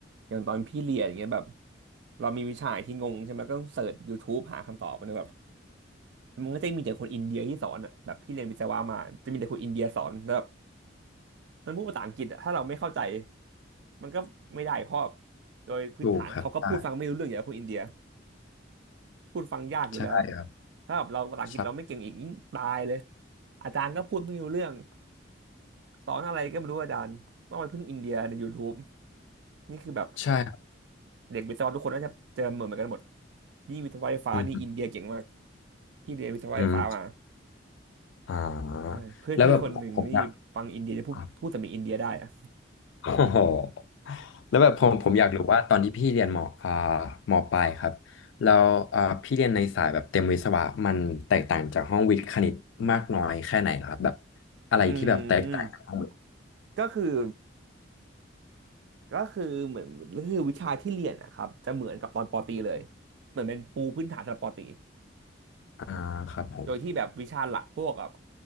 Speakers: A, on the right (about 65°); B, on the left (about 75°).
A: อย่างตอนพี่เรียนอย่างเงี้ยแบบเรามีวิชาที่งงใช่ไหมก็ต้องเสิร์ช YouTube หาคำตอบมัแบบมันก็จะมีแต่คนอินเดียที่สอนอ่ะแบบพี่เรียนวิศวะมาจะมีแต่คนอินเดียสอนแล้วแบบมันพูดภาษาอังกฤษอะถ้าเราไม่เข้าใจมันก็ไม่ได้เพราะโดยพื้นฐานเขาก็พูดฟังไม่รู้เรื่องอย่างคนอินเดีย
B: ถูกครับใช่
A: พูดฟังยากอยู่แล้ว
B: ใช่ครับ
A: ถ้าแบบเราภาษาอังกฤษเราไม่เก่งอีกยิ่งตายเลย
B: ใช่
A: อาจารย์ก็พูดไม่รู้เรื่อง สอนอะไรก็ไม่รู้อาจารย์ว่ามันเพิ่งอินเดียใน YouTube นี่คือแบบ
B: ใช่ครับ
A: เด็กวิศวะทุกคนน่าจะเจอเหมือนกันหมด นี่วิศวะไฟฟ้านี่อินเดียเก่งมาก
B: อืม
A: พี่เรียนวิศวะไฟฟ้ามา
B: อืม อ่าแล้วแบบผมผมอยาก
A: ใช่เพื่อนพี่คนหนึ่งนี่ฟังอินเดียจะพูดพูดสำเนียงอินเดียได้อะ
B: ครับโอ้โห <laughs> แล้วแบบผมผมอยากรู้ว่าตอนที่พี่เรียนมอ่ามปลายครับแล้วอ่าพี่เรียนในสายแบบเต็มวิศวะมันแตกต่างจากห้องวิทย์คณิตมากน้อยแค่ไหนเหรอครับแบบอะไรที่แบบแตกต่างจากห้องวิทย์
A: อืมก็คือก็คือเหมือนก็คือวิชาที่เรียนนะครับจะเหมือนกับตอนปอตรีเลยเหมือนเป็นปูพื้นฐานสำหรับปอตรี
B: อ่าครับผม
A: โดยที่แบบวิชาหลักพวกแบบ